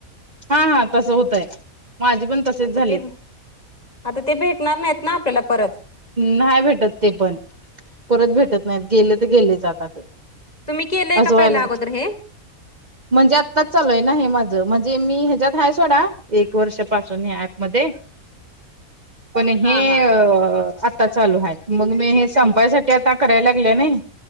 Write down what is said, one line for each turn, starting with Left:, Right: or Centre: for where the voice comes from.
Right: हा हा तसं होतय माझी पण तसेच
Left: आता
Right: झालेत.
Left: ते आता ते भेटणार नाहीत ना आपल्याला परत
Right: नाही भेटत ते पण परत भेटत नाही गेले तर गेले जातात ते
Left: तुम्ही केले
Right: असं
Left: काय
Right: व्हायला
Left: पहिले अगोदर हे
Right: म्हणजे आत्ताच चालू आहे ना हे माझं म्हणजे मी ह्याच्यात आहे सोडा एक वर्षापासून या ऍप मध्ये पण हे
Left: हा हा
Right: अ आता चालू आहेत मग मी हे संपायसाठी आता करायला लागल्या नाही.